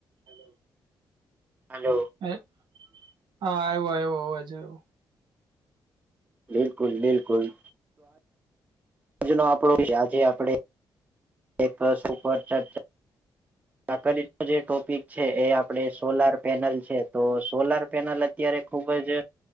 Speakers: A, on the right; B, on the right.
A: હલો
B: હાલો.
A: હ હા આવ્યો આવ્યો અવાજ આવ્યો.
B: બિલકુલ, બિલકુલ. જેનો આપડો આજે આપડે. એક પ્રશ્ન પર ચર્ચા. આ જે ટોપિક છે, એ આપણે સોલાર પેનલ છે, તો સોલાર પેનલ અત્યારે ખુબ જ